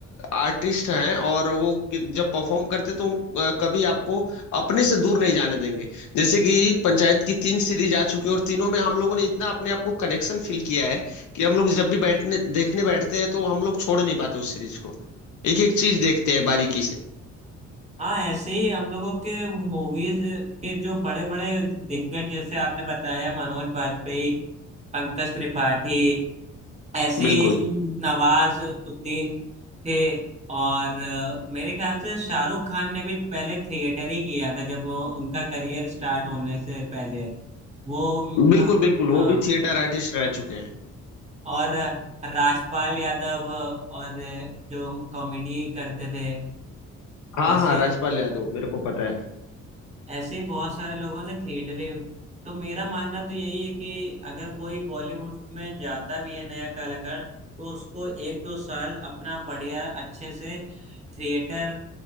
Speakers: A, on the left; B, on the right.
A: आर्टिस्ट हैं और वो कि- जब परफॉर्म करते तो उन- अ, कभी आपको अपने से दूर नहीं जाने देंगे जैसे कि पंचायत की तीन सीरीज आ चुकी है और तीनों में हम लोगों ने इतना अपने आप को कनेक्शन फील किया है कि हम लोग जब भी बैठने देखने बैठते हैं तो हम लोग छोड़ नहीं पाते उस सीरीज को एक एक चीज देखते हैं बारीकी से
B: हाँ ऐसे ही हम लोगों के मूवीज के जो बड़े बड़े दिग्गज जैसे आपने बताया मनोज बाजपेयी पंकज त्रिपाठी ऐसे ही
A: बिल्कुल
B: नवाज उद्दीन थे और अ, मेरे ख्याल से शाहरुख खान ने भी पहले थिएटर ही किया था जब वो उनका करियर स्टार्ट होने से पहले वो
A: बिल्कुल
B: अ,
A: बिल्कुल
B: हाँ
A: वो भी थिएटर आर्टिस्ट रह चुके हैं
B: और अ, राजपाल यादव और अ, जो कॉमेडी करते थे
A: हाँ
B: ऐसे
A: हाँ राजपाल यादव मेरे को पता है
B: ऐसे ही बहुत सारे लोगों ने थिएटरें तो मेरा मानना तो यही है कि अगर कोई बॉलीवुड में जाता भी है नया कलाकार तो उसको एक दो साल अपना बढ़िया अच्छे से थिएटर